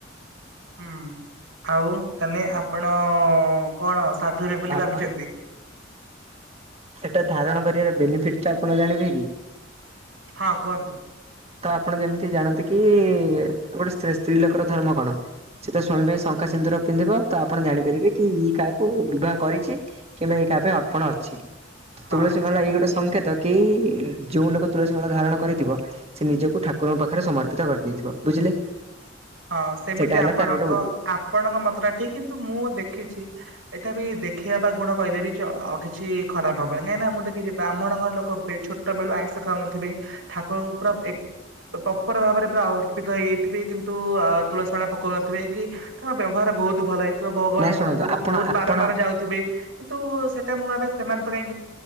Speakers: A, on the right; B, on the right.
A: ହୁଁ। ଆଉ ତାହେଲେ ଆପଣ କଣ ସାଧୁ
B: ତ ତାର
A: ହେବେ ବୋଲି
B: ଧାରଣ
A: ଭାବିଛନ୍ତି?
B: ସେଇଟା ଧାରଣ କରିବାର ବେନିଫିଟ ଟା ଆପଣ ଜାଣିବେ
A: ହଁ କୁହନ୍ତୁ।
B: ତ ଆପଣ ଯେମିତି ଜାଣନ୍ତି କି ଗୋଟେ ସ୍ତ୍ରୀ ସ୍ତ୍ରୀ ଲୋକର ଧର୍ମ କଣ ସେ ତା ସ୍ଵାମୀ ପାଇଁ ଶଙ୍ଖା ସିନ୍ଦୁର ପିନ୍ଧିବ ତ ଆପଣ ଜାଣିପାରିବେ କି କାହାକୁ ବିବାହ କରିଛି କିମ୍ବା ଏ କାହା ପାଇଁ ଅର୍ପଣ ଅଛି।
A: ହଁ
B: ତୁଳସୀ
A: ସେଟା
B: ମାଳା
A: ତ
B: ଏଇ ଗୋଟେ
A: ମୁଁ ଜାଣିଛି।
B: ସଂଙ୍କେତ କି ଯୋଉ ଲୋକ ତୁଳସୀ ମାଳ ଧାରଣ କରିଥିବ ସେ ନିଜକୁ ଠାକୁରଙ୍କ ପାଖରେ ସମର୍ପିତ କରିଦେଇଥିବ ବୁଝିଲେ।
A: ହଁ ସେମିତି
B: ସେଇଟା ହେଲା
A: ଆପଣଙ୍କ
B: ତାର ଗୋଟେ ଉଦ୍ଦ
A: ଆପଣଙ୍କ ମତ ଟା ଠିକ କିନ୍ତୁ ମୁଁ ଦେଖିଛି ଏଟା ବି ଦେଖେଇିବା ବା ଗୁଣ କହିଲେ ବି କିଛି ଖରାପ ହବନି କାହିଁନା ମୁଁ ଦେଖିଛି ବ୍ରାହ୍ମଣ ଘର ଲୋକ ଏ ଛୋଟ ବେଳୁ ଆଇଁଷ ଖାଉନଥିବେ ଠାକୁରଙ୍କୁ ପୁରା ପ୍ରପର ଭାବରେ ପୁରା ଅର୍ପିତ ହେଇଯାଇଥିବେ। ଯିନ୍ତୁ ତୁଳସୀ ମାଳ ପକଉନଥିବେ କି ତାଙ୍କ ବ୍ୟବହାର ବହୁତ ଭଲ ଭଗବାନ
B: ନାଇଁ
A: ମନ୍ଦିର
B: ଶୁଣନ୍ତୁ
A: କୁ
B: ଆପଣ
A: ବହୁତ
B: ଆପଣ
A: ବାରମ୍ବାର ଯାଉଥିବେ। କିନ୍ତୁ ସେଇଟା ମୁଁ ଭାବେ ସେମାନଙ୍କ ପାଇଁ